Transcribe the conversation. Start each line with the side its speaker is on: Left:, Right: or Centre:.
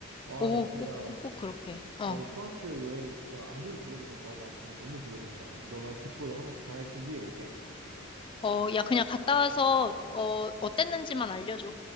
Right: 아, 나
Left: 오,
Right: 진짜
Left: 꼭, 꼭 그렇게. 어.
Right: 어, 프랑스 여행 진짜 안 그래도 기대되는데 너 말 듣니까 너무 기대된다. 너 말 듣고 내가 한번 잘 준비해 볼게.
Left: 어, 야, 그냥 갔다 와서, 어, 어땠는지만 알려줘.